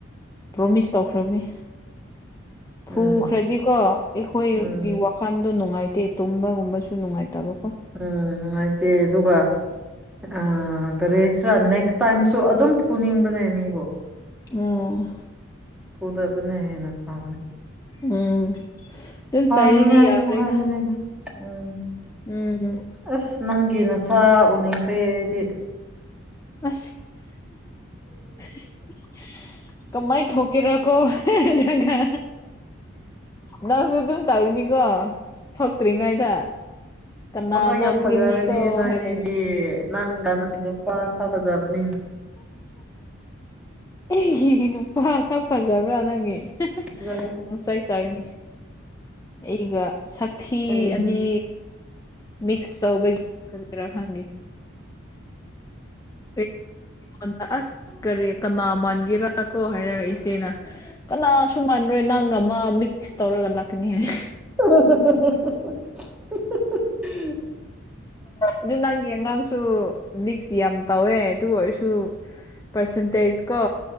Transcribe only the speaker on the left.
ꯄ꯭ꯔꯣꯃꯤꯁ ꯇꯧꯈ꯭ꯔꯕꯅꯤ
ꯐꯨꯈ꯭ꯔꯗꯤꯀꯣ ꯏꯈꯣꯏ
ꯒꯤ ꯋꯥꯈꯜ ꯗꯨ ꯅꯨꯡꯉꯥꯏꯇꯦ ꯇꯨꯝꯕꯒꯨꯝꯕꯁꯨ ꯅꯨꯡꯉꯥꯏꯇꯕ
ꯎꯝ
ꯎꯝ ꯑꯗꯨꯝ
ꯆꯩꯔꯗꯤ ꯌꯥꯈ꯭ꯔꯦꯗ
ꯎꯝ
ꯑ <inaudible> ꯀꯃꯥꯏ ꯊꯣꯛꯀꯦꯔꯀꯣ ꯅꯪꯒ ꯅꯪꯗꯨ ꯑꯗꯨꯝ ꯇꯧꯅꯤꯀꯣ ꯊꯣꯛꯇ꯭ꯔꯤꯉꯩꯗ ꯀꯅꯥ
ꯃꯟꯒꯅꯤꯀꯣ
ꯍꯥꯏꯔꯒ
ꯑꯦ ꯁ <inaudible> ꯐꯖꯕ꯭ꯔꯥ ꯅꯪꯒꯤ
ꯅꯨꯡꯁꯥꯏ ꯆꯥꯔꯤꯅꯤ ꯑꯩꯒ ꯁꯛꯊꯤ
ꯑꯅꯤ ꯃꯤꯛꯁ ꯇꯧꯕꯒꯤ ꯀꯔꯤꯔꯥ ꯈꯪꯉꯦ ꯑ ꯑꯩꯉꯣꯟꯗ ꯑꯁ ꯀꯔꯤ ꯀꯅꯥ ꯃꯥꯟꯒꯦꯔꯥ ꯀꯣ ꯍꯥꯏꯔ ꯏꯆꯦꯅ ꯀꯅꯥꯁꯨ ꯃꯥꯟ ꯍꯣꯏ ꯅꯪꯒ ꯑꯃ ꯃꯤꯛꯁ ꯇꯧꯔꯒ ꯂꯥꯛꯀꯅꯤ ꯍꯥꯏ
ꯑꯗꯨ ꯅꯪꯦ ꯑꯉꯥꯡꯁꯨ ꯃꯤꯛꯁ ꯌꯥꯝ ꯇꯧꯋꯦ ꯑꯗꯨ ꯑꯣꯏꯔꯁꯨ ꯄꯔꯁꯦꯟꯇꯦꯖ ꯀꯣ